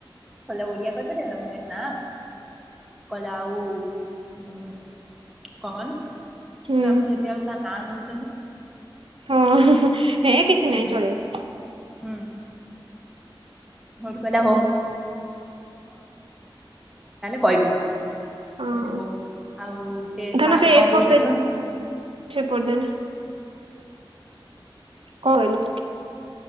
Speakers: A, in the centre; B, on the right (about 80°).
A: କଲେ ଓଡ଼ିଆ କହିପାରିବେ ନା ମୁ କହିଲି ନା କହିଲା ଆଉ ହୁଁ। କଣ କହନି
B: ହୁଁ
A: ତ ଆମେ ସେତେଆଳୁ ତା ନାଁ ନେଉଛନ୍ତି।
B: ହଁ ହେ କିଛି ନାହିଁ
A: ହୁଁ
B: ଚଳିବ।
A: ହୁଁ। <unintelligible> ତାହେଲେ କହିବି।
B: ହଁ।
A: <unintelligible>
B: ଧନ ସେ ଏ ଫୋର୍ ସାଇଜ <unintelligible> କଣ ହେଲା।